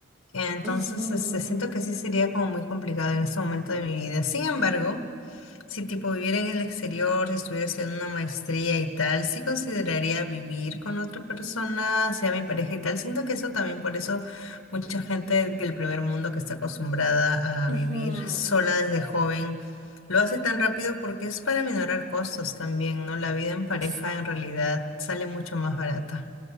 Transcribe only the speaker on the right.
ujú,
ujú.
Sí.